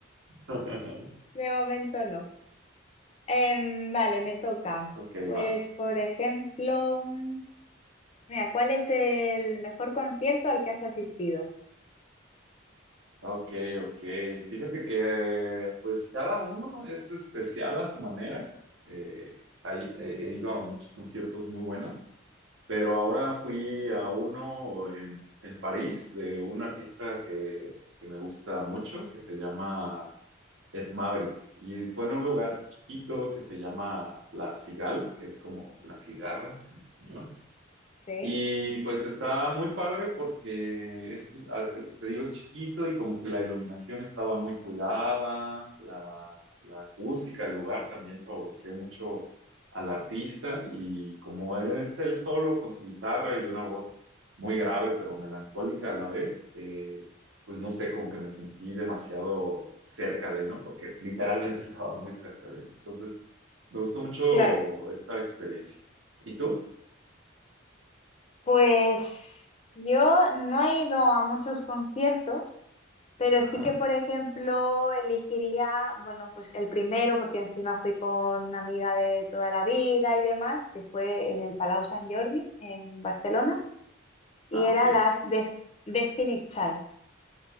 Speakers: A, on the right; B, on the left.
A: <laughs>
B: de momento no. Em, vale, me toca.
A: Ok,
B: Pues,
A: vas.
B: por ejemplo, mm, mira, ¿cuál es el mejor concierto al que has asistido?
A: Ok, ok. Fíjate que pues cada uno es especial a su manera. Eh, hay- he he ido a muchos conciertos muy buenos, pero ahora fui a uno en, en París de un artista que, que me gusta mucho, que se llama Ed Maverick. Y fue en un lugar chiquito que se llama La Cigale, que es como la cigarra en español.
B: Sí,
A: Y pues está muy padre porque es, a- te digo, es chiquito y como que la iluminación estaba muy cuidada, la, la acústica del lugar también favoreció mucho al artista y como es él solo con su guitarra y una voz muy grave pero melancólica a la vez, eh, pues no sé, como que me sentí demasiado cerca de él, ¿no? Porque literalmente <laughs> estaba muy cerca de él. Entonces, me gustó mucho
B: claro.
A: esa experiencia. ¿Y tú?
B: Pues yo no he ido a muchos conciertos, pero
A: Ajá.
B: sí que, por ejemplo, elegiría, bueno, pues el primero, porque encima fui con una amiga de toda la vida y demás, que fue en el Palau Sant Jordi, en Barcelona. y
A: Ah,
B: era
A: ok.
B: las Des- Destiny Child,